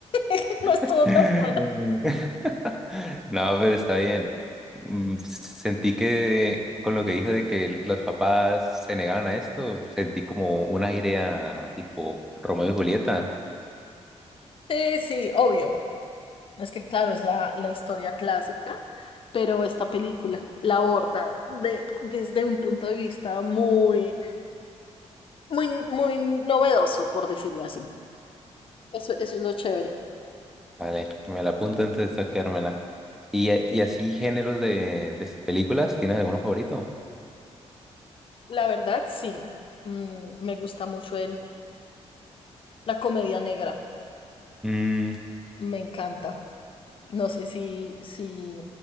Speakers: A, on the left; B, in the centre.
A: <laughs> no
B: <laughs>
A: estuvo tan buena.
B: No, pero está bien. Mm, Sentí que con lo que dijo de que los papás se negaban a esto, sentí como una idea tipo Romeo y Julieta.
A: Sí, sí, obvio. Es que claro, es la, la historia clásica, pero esta película la aborda de, desde un punto de vista muy, muy, muy novedoso, por decirlo así. Eso, eso es lo chévere.
B: Vale, me la apunto antes de sacármela. ¿Y, eh, y así géneros de, de películas? ¿Tienes alguno favorito?
A: La verdad, sí. Mm, me gusta mucho el, la comedia negra.
B: Mm,
A: Me encanta. No sé si, si,